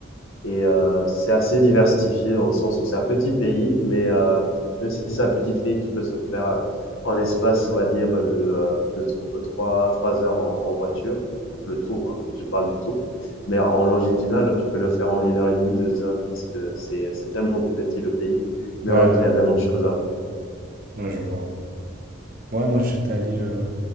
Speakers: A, on the left; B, on the right.
A: Et euh, c'est assez diversifié dans le sens où c'est un petit pays, mais euh, même si c'est un petit pays qui peut se faire euh, en espace, on va dire, de, euh, de 3 heures en, en, voiture, le tour, hein, je parle du tour, mais en longitudinal, tu peux le faire en une heure et demie, deux heures, parce que c'est c'est tellement petit le pays, mais
B: Ouais,
A: en même
B: ouais,
A: temps,
B: ouais.
A: il y a tellement de choses à voir.
B: Ouais, je vois. Ouais, moi j'étais allé. euh,